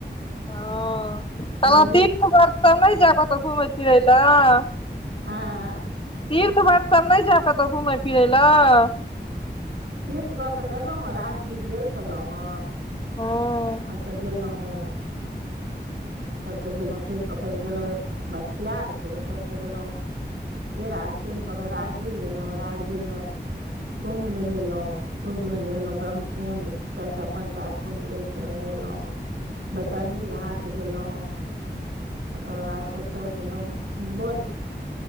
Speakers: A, on the left; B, on the right.
A: हाँ कहलौं
B: मन्दिर
A: तीर्थव्रत
B: जाइ
A: सब नय जैब कतौ घूमय फिरय लऽ।
B: आँय
A: तीर्थ व्रत सब नय जैब कतौ घूमय फिरय लऽ।
B: तीर्थ कऽ कऽ तऽ एलौं हँ राजगीर गेल छलौं हँ।
A: हँ
B: ओतऽ गेल रहौं। ओतयसँ गेलौं ट्रेन पकड़ि कऽ गेलौं बख्तियारपुर ओतयसे गेलौं फेर आज ट्रेन पकड़ि राजगीर गेलौं राजगीर मे कुंभ नहेलौं कुंड मे नहेलौं ब्रह्म कुंड चारटा, पांचटा कुंड रहे से मे नहेलौ बेतरनी घाट गेलौ तेकर बाद ओतेय गेलौ बन